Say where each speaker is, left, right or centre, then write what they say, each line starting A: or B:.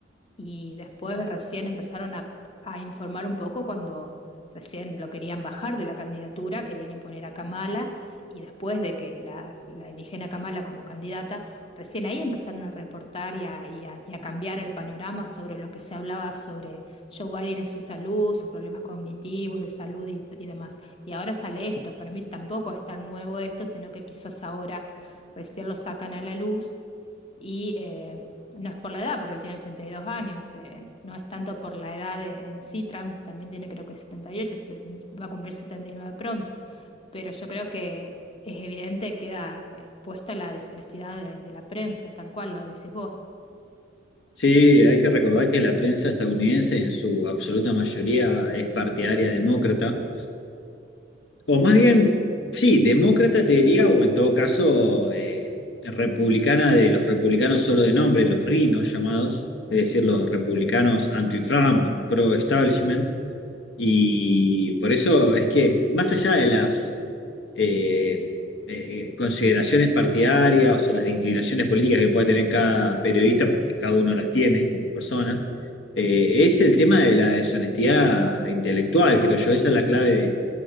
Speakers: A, on the left; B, on the left.
A: y después recién empezaron a, a informar un poco cuando recién lo querían bajar de la candidatura, querían imponer a Kamala y después de que la, la eligen a Kamala como candidata, recién ahí empezaron a reportar y a, y a- y a cambiar el panorama sobre lo que se hablaba sobre Joe Biden en su salud, sus problemas cognitivos, de salud y, y demás. Y ahora sale esto, para mí tampoco es tan nuevo esto, sino que quizás ahora recién lo sacan a la luz y eh, no es por la edad, porque él tiene 82 años, eh, no es tanto por la edad de- en sí, Trump también tiene creo que 78, 70 va a cumplir 79 pronto, pero yo creo que es evidente, queda expuesta la deshonestidad de, de la prensa, tal cual lo decís vos.
B: Sí, hay que recordar que la prensa estadounidense en su absoluta mayoría es partidaria demócrata O más bien, sí, demócrata te diría, o en todo caso, eh, republicana de los republicanos solo de nombre, los rinos llamados, es decir, los republicanos anti-Trump, pro-establishment. Y por eso es que, más allá de las eh, eh, consideraciones partidarias o las inclinaciones políticas que pueda tener cada periodista, porque cada uno las tiene como persona, eh, es el tema de la deshonestidad intelectual, creo yo, esa es la clave